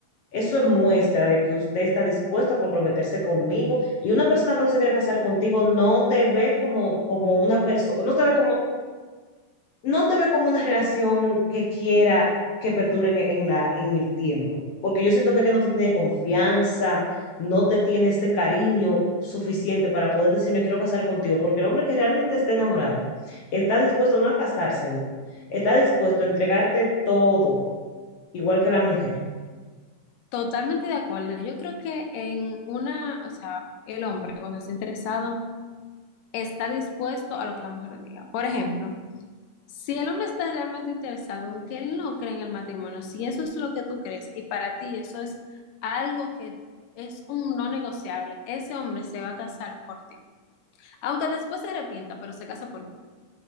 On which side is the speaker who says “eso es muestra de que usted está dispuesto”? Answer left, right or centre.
Left